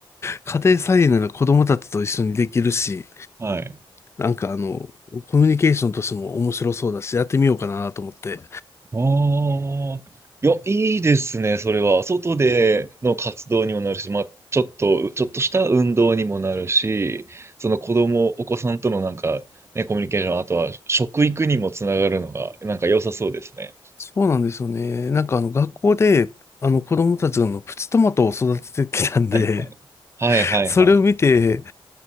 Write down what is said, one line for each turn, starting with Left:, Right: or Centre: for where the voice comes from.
Left: 家庭菜園なら子供たちと一緒にできるし、
Right: うん。はい。
Left: なんかあの、コミュニケーションとしても面白そうだし、やってみようかなと思って。
Right: ああ、いや、いいですね、それは。外での活動にもなるし、まあ、ちょっと、ちょっとした運動にもなるし、その子供、お子さんとのなんか、ね、コミュニケーション、あとは食育にもつながるのが、なんか良さそうですね。
Left: そうなんですよね。なんかあの、学校で、あの、子供たちがあの、プチトマトを育ててきたんで、
Right: はいはい。はいはいはい。
Left: それを見て、